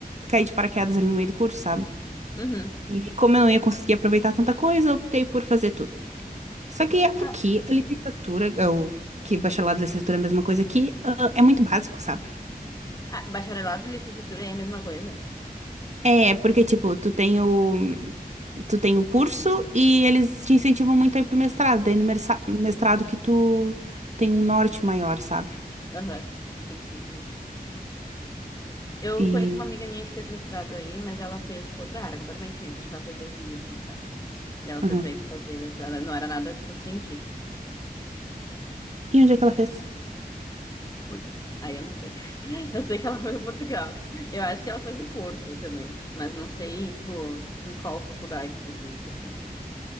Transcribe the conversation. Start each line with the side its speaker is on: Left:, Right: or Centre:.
Right: cair de paraquedas ali no meio do curso, sabe?
Left: uhum.
Right: E como eu não ia conseguir aproveitar tanta coisa, eu optei por fazer tudo. Só que aqui,
Left: Ah,
Right: a licenciatura, ou que bacharelado e licenciatura é a mesma coisa aqui, ah, é muito básico, sabe?
Left: ah, bacharelado e licenciatura aí é a mesma coisa?
Right: É, porque, tipo, tu tem o, tu tem o curso e eles te incentivam muito a ir pro mestrado. Daí no mersa- mestrado que tu tem um norte maior, sabe?
Left: Aham, Sim, sim, entendi. Eu
Right: E,
Left: conheço uma amiga minha que fez mestrado aí, mas ela fez, tipo, outra área completamente diferente. Acho que ela fez RI, assim, sabe? E ela
Right: aham.
Left: foi pra ir pra fazer mestrado, mas não era nada, tipo, científico, assim.
Right: E onde é que ela fez?
Left: Putz, aí eu não sei. <laughs> Eu sei que ela foi pra Portugal. Eu acho que ela fez em Porto também, mas não sei, tipo, em qual faculdade específica, assim.